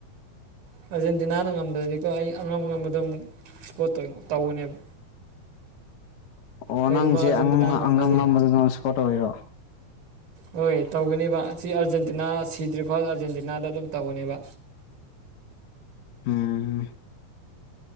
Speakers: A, on the right; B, on the left.
A: ꯑꯥꯔꯖꯦꯟꯇꯤꯅꯥꯅ ꯉꯝꯗ꯭ꯔꯗꯤꯀꯣ ꯑꯩ ꯑꯉꯝ ꯉꯝꯕꯗꯣ ꯑꯃꯨꯛ ꯁꯞꯄꯣꯔꯠ ꯇꯧꯒꯅꯦꯕ
B: ꯑꯣ
A: ꯀꯔꯤꯒꯨꯝꯕ
B: ꯅꯪꯁꯦ
A: ꯑꯥꯔꯖꯦꯟꯇꯤꯅꯥ
B: ꯑꯉꯝ
A: ꯉꯝꯗ꯭ꯔꯗꯤ
B: ꯑꯉꯝ ꯉꯝꯕꯗꯣ ꯅꯪ ꯁꯄꯣꯔꯠ ꯇꯧꯔꯤꯔꯣ
A: ꯍꯣꯏ ꯇꯧꯒꯅꯤꯕ ꯁꯤ ꯑꯥꯔꯖꯦꯟꯇꯤꯅꯥ ꯁꯤꯗ꯭ꯔꯤꯐꯥꯎ ꯑꯥꯔꯖꯦꯟꯇꯤꯅꯥꯗ ꯑꯗꯨꯝ ꯇꯧꯒꯅꯦꯕ
B: ꯎꯝ